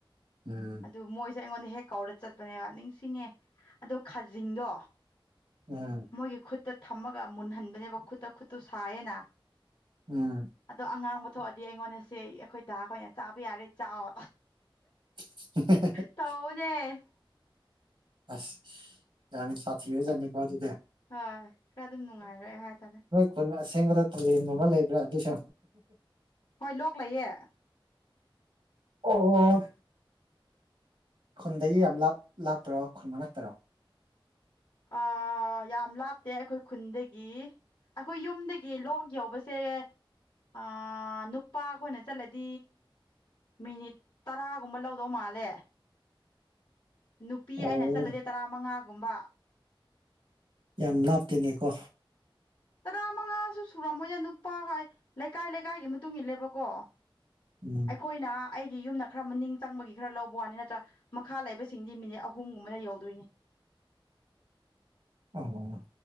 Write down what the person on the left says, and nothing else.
ꯑꯗꯨ ꯃꯣꯏꯁꯦ ꯑꯩꯉꯣꯟꯗ ꯍꯦꯛ ꯀꯧꯔ ꯆꯠꯄꯅꯦꯕ ꯅꯤꯡꯁꯤꯡꯉꯦ ꯑꯗꯣ ꯈꯖꯤꯡꯗꯣ
ꯃꯣꯏꯒꯤ ꯈꯨꯠꯇ ꯊꯝꯃꯒ ꯃꯨꯟꯍꯟꯕꯅꯦꯕ ꯈꯨꯠꯇ ꯈꯨꯠꯇꯨ ꯁꯥꯏꯌꯦꯅ
ꯑꯗꯣ ꯑꯉꯥꯡꯕ ꯊꯣꯛꯑꯗꯤ ꯑꯩꯉꯣꯟꯗꯁꯦ ꯑꯩꯈꯣꯏ ꯗꯥꯈꯣꯏꯅ ꯆꯥꯕ ꯌꯥꯔꯦ ꯆꯥꯎ
ꯇꯥ ꯉꯧꯅꯦ
ꯍꯣꯏ ꯈꯔ ꯑꯗꯨꯝ ꯅꯨꯡꯉꯥꯏꯔꯛꯑꯦ ꯍꯥꯏꯇꯥꯔꯦ
ꯍꯣꯏ ꯂꯣꯛ ꯂꯩꯌꯦ
ꯑ ꯌꯥꯝ ꯂꯥꯞꯇꯦ ꯑꯩꯈꯣꯏ ꯈꯨꯟꯗꯒꯤ ꯑꯩꯈꯣꯏ ꯌꯨꯝꯗꯒꯤ ꯂꯣꯛ ꯌꯎꯧꯕꯁꯦ ꯑ ꯅꯨꯄꯥ ꯈꯣꯏꯅ ꯆꯠꯂꯗꯤ ꯃꯤꯅꯤꯠ ꯇꯔꯥꯒꯨꯝꯕ ꯂꯧꯗꯧ ꯃꯥꯜꯂꯦ ꯅꯨꯄꯤ
ꯑꯩꯅ ꯆꯠꯂꯗꯤ ꯇꯔꯥ ꯃꯉꯥꯒꯨꯝꯕ
ꯇꯔꯥ ꯃꯉꯥꯁꯨ ꯁꯨꯔꯝꯃꯣꯏꯌꯦ ꯅꯨꯄꯥ ꯍꯣꯏ ꯂꯩꯀꯥꯏ ꯂꯩꯀꯥꯏꯒꯤ ꯃꯇꯨꯡ ꯏꯤꯜꯂꯦꯕꯀꯣ
ꯑꯩꯈꯣꯏꯅ ꯑꯩꯒꯤ ꯌꯨꯝꯅ ꯈꯔ ꯃꯅꯤꯡ ꯆꯪꯕꯒꯤ ꯈꯔ ꯂꯧꯕ ꯋꯥꯅꯤ ꯅꯠꯇ꯭ꯔ ꯃꯈꯥ ꯂꯩꯕꯁꯤꯡꯗꯤ ꯃꯤꯅꯤꯠ ꯑꯍꯨꯝꯒꯨꯝꯕꯗ ꯌꯧꯗꯣꯏꯅꯤ